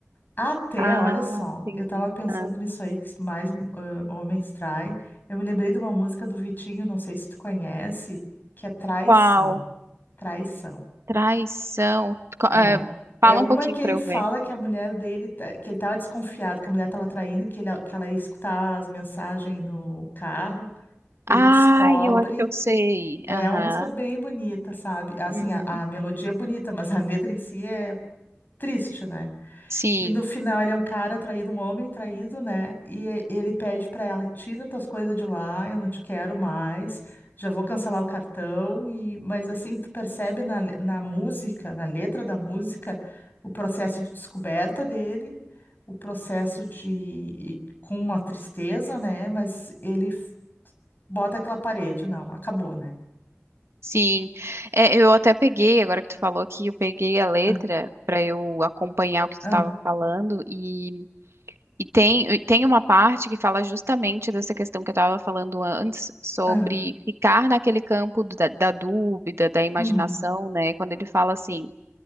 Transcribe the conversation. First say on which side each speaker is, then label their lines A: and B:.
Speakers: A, on the left; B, on the right.
A: Até,
B: Ah,
A: olha só,
B: entendi.
A: eu tava pensando
B: Ah.
A: nisso aí que mais ãh, homens traem. Eu me lembrei de uma música do Vitinho, não sei se tu conhece, que é Traição.
B: Qual?
A: Traição.
B: Traição. Qu- eh,
A: É, é
B: fala
A: uma
B: um pouquinho
A: que ele
B: para eu
A: fala
B: ver.
A: que a mulher dele, tá- que ele estava desconfiado que a mulher estava traindo, que, ele, que ela ia escutar as mensagens no carro. Ele
B: Ai,
A: descobre.
B: eu acho que eu sei.
A: É
B: Aham.
A: uma música bem bonita, sabe? Assim,
B: Uhum.
A: a, a melodia é bonita, mas a letra em si é triste, né?
B: Sim,
A: E no final ele é um cara traído, um homem traído, né? E e- ele pede pra ela, tira tuas coisas de lá, eu não te quero mais, já vou cancelar o cartão. E mas assim, tu percebe na, le- na música, na letra da música, o processo de descoberta dele, o processo de e com uma tristeza, né? Mas ele f- bota aquela parede, não, acabou, né?
B: sim. É, eu até peguei, agora que tu falou aqui, eu peguei a letra
A: Ah,
B: para eu acompanhar o que tu
A: ah,
B: estava falando e, e tem, e tem uma parte que fala justamente dessa questão que eu estava falando antes sobre
A: ah,
B: ficar naquele campo da, da dúvida, da imaginação,
A: uhum,
B: né? Quando ele fala assim,